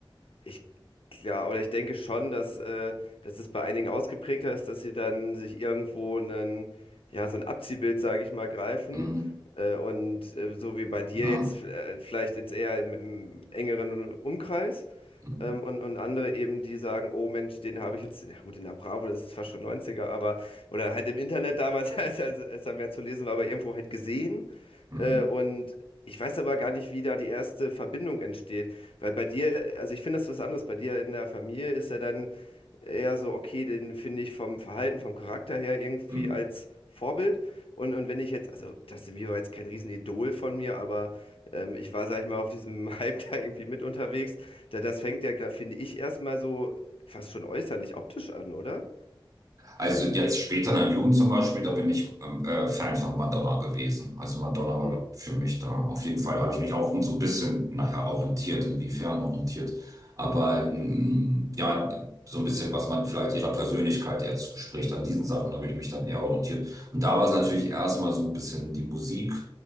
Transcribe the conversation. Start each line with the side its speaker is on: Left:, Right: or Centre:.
Left: ich klar, oder ich denke schon, dass, äh, dass es bei einigen ausgeprägter ist, dass sie dann sich irgendwo einen, ja, so ein Abziehbild, sage ich mal, greifen.
Right: hm,
Left: Äh, und äh, so wie bei dir
Right: ja,
Left: jetzt, äh, vielleicht jetzt eher im, im engeren Umkreis.
Right: hm,
Left: Ähm, und, und andere eben, die sagen, oh Mensch, den habe ich jetzt, na gut, in der Bravo, das ist fast schon Neunziger aber, oder halt im Internet damals, <laughs> als, als, als da mehr zu lesen war, aber irgendwo halt gesehen.
Right: hm,
Left: Äh, und ich weiß aber gar nicht, wie da die erste Verbindung entsteht. Weil bei dir, also ich finde das was anderes. Bei dir in der Familie ist er dann eher so, okay, den finde ich vom Verhalten, vom Charakter her irgendwie
Right: hm.
Left: als Vorbild. Und, und wenn ich jetzt, also Justin Bieber war jetzt kein Riesenidol von mir, aber ähm, ich war, sag ich mal, auf diesem <laughs> Hype da irgendwie mit unterwegs. Da, das fängt ja, glaub- finde ich, erstmal so fast schon äußerlich optisch an, oder?
Right: Also jetzt später in der Jugend zum Beispiel, da bin ich ähm, äh, Fan von Madonna gewesen. Also Madonna war
Left: Hm,
Right: für mich da. Auf jeden Fall da habe ich mich auch so ein bisschen, naja, orientiert, inwiefern orientiert. Aber ähm, ja, so ein bisschen, was man vielleicht ihrer Persönlichkeit eher zuspricht. An diesen Sachen habe ich mich dann eher orientiert. Und da war es natürlich erstmal so ein bisschen die Musik,